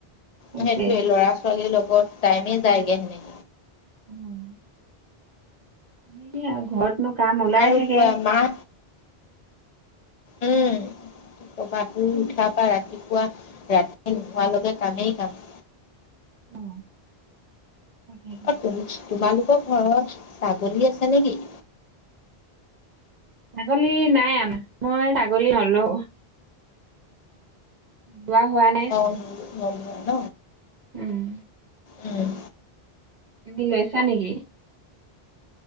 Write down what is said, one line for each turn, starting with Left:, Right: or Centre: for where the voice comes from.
Right: সেইটোৱে
Left: সেইটোয়ে ল'ৰা ছোৱালীৰ লগত টাইমে যায়গে হেনে
Right: অহ। এনেইহে আও ঘৰতনো কাম ওলাই
Left: আৰু
Right: থাকে।
Left: পুৱা মাহ উম। কবা শুই উঠা পা ৰাতিপুৱা ৰাতি নোহোৱালৈকে কামেই কাম।
Right: অ তাকে।
Left: অ তোমছ তোমালোকৰ ঘৰত ছাগলী আছে নেকি?
Right: ছাগলী নাই আমা, মই ছাগলী নলও। যোৱা হোৱাত
Left: অ বোলো নলও ন,
Right: উম
Left: উম।
Right: তুমি লৈছা নেকি?